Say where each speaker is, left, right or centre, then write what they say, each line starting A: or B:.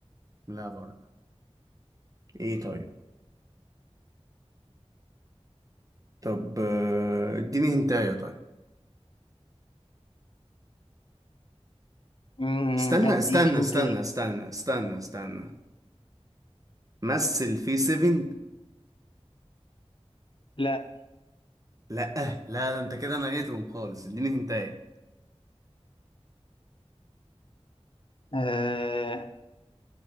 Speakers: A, on the right (about 30°); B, on the left (about 50°).
A: لا برضه ايه طيب طب آه، اديني هنتايه طيب
B: مم،
A: استنى
B: اديك
A: استنى
B: انت
A: استنى استنى استنى استنى مثل في سيفن
B: لا
A: لا لا ده انت كده نهيتهم خالص اديني هنتايه
B: آه